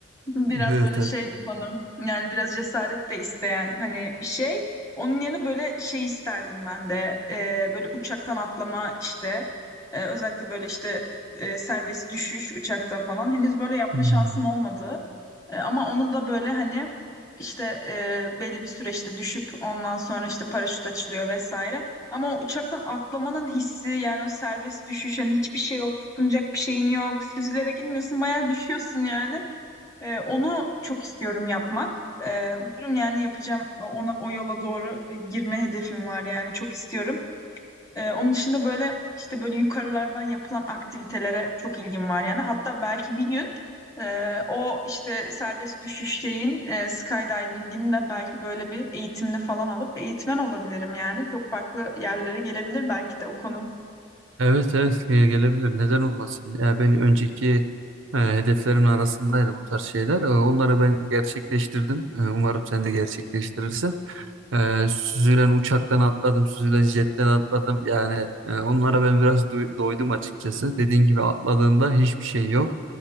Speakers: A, on the left (about 15°); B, on the right (about 75°).
A: Biraz
B: Evet
A: böyle
B: evet.
A: şey bir konu. Yani biraz cesaret de isteyen hani bir şey. Onun yerine böyle şey isterdim ben de. Ee, böyle uçaktan atlama işte. Ee, özellikle böyle işte e, serbest düşüş uçaktan falan. Henüz böyle yapma
B: Hmm.
A: şansım olmadı. Ee, ama onu da böyle hani işte e, belli bir süreçte düşüp ondan sonra işte paraşüt açılıyor vesaire. Ama o uçaktan atlamanın hissi yani o serbest düşüş hani hiçbir şey yok tutunacak bir şeyin yok süzülerek girmiyorsun bayağı düşüyorsun yani. Ee, onu çok istiyorum yapmak. Ee, umarım yani yapacağım ona o yola doğru e, girme hedefim var yani çok istiyorum. Ee, onun dışında böyle işte böyle yukarılardan yapılan aktivitelere çok ilgim var yani. Hatta belki bir gün e, o işte serbest düşüş şeyin e, skydiving'in de belki böyle bir eğitimini falan alıp eğitmen olabilirim yani. Çok farklı yerlere gelebilir belki de o konu.
B: Evet evet e, gelebilir. Neden olmasın? Ya ben önceki e, hedeflerimin arasındaydı bu tarz şeyler. E, onları ben gerçekleştirdim. E, umarım sen de gerçekleştirirsin. Ee, süzülen uçaktan atladım, süzülen jetten atladım. Yani e, onlara ben biraz duy- doydum açıkçası. Dediğin gibi atladığında hiçbir şey yok.